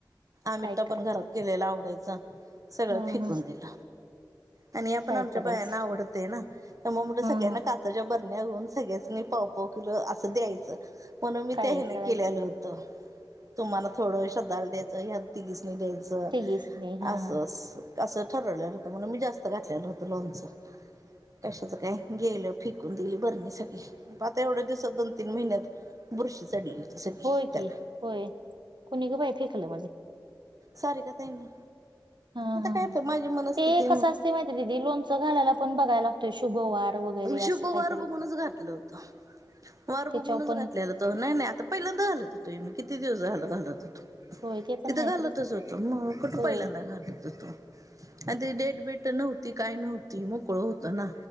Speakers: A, on the right; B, on the right.
A: आमीठठा
B: काय
A: पण
B: कराय
A: घरात. केलेला आवडायचा सगळ
B: ह
A: फिकून दिल. आणि आपण
B: काय
A: आमच्या
B: करायचं
A: बायांना आवडते ना त्यामूळ मग म्हटल
B: हम्
A: सगळ्यांना
B: हम
A: का त्याच्या बरण्या घेऊन सगळ्यासनी पाव पाव किलो अस द्यायच. म्हणुन मी
B: काय
A: त्या ह्यान
B: करायचं
A: केल्याल होत तुम्हाला थोड श्रद्धाला द्यायच ह्या तिघीसनी द्यायच. च
B: तेच नाही हा
A: अस अस. अस ठरवल्याल होत म्हणुन मी जास्त घातल्याल होत लोणच कशाच काय गेल. फिकून दिली बरणी सगळी मग आता एवढ्या दिवसात दोन तीन महिन्यात बुरशी चढली. सगळी
B: होय
A: त्याला
B: की होय कोणी ग बाई फेकल मग ते.
A: सारीका ताईंनी.
B: हां
A: आता
B: हां
A: काय
B: हां
A: तर माझी मनस्थिती
B: ते कस असतय माहितीये का दिदी लोणच घालायला पण बघाय लागतोय शुभवार वगैरे.
A: शुभ
B: असं काहीतरी
A: वार बघूनच घातल होत वार बघूनच
B: त्याच्यावर पण
A: घातल. त्याचा तो नाही नाही आता पहिल्यांदा घालत होतो मी किती दिवस झाल घालत होतो.
B: होय ते पण
A: तिथ
B: आहे
A: घालतच
B: तर
A: होतो मग कुठ
B: होय
A: पहिल्यांदा घालत होतो. आणि ते डेट बीट नव्हती काय नव्हती मोकळ होत ना.